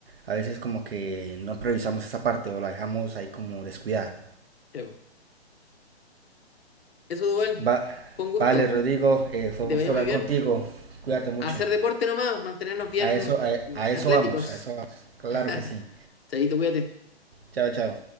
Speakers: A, on the right; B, on the left.
A: a veces como que no priorizamos esa parte o la dejamos ahí como descuidada.
B: Sí, po. Eso dual,
A: Va,
B: con gusto.
A: vale, Rodrigo, eh, fue
B: Que
A: un
B: te
A: gusto
B: vaya
A: hablar
B: muy bien.
A: contigo. Cuídate mucho.
B: A hacer deporte nomás, mantenernos bien
A: A eso, a,
B: bien
A: a eso
B: atléticos.
A: vamos, a eso vamos. Claro
B: <laughs>
A: que sí.
B: Chaito, cuídate.
A: Chao, chao.